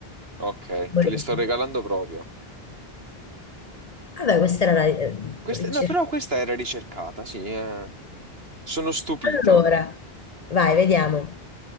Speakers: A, on the right; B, on the left.
A: Ok,
B: Poi-
A: te le sto regalando proprio.
B: Vabbè, questa era la eh,
A: Questa-
B: ricerca.
A: no, però questa era ricercata, sì. eh. Sono stupito.
B: Allora, vai, vediamo.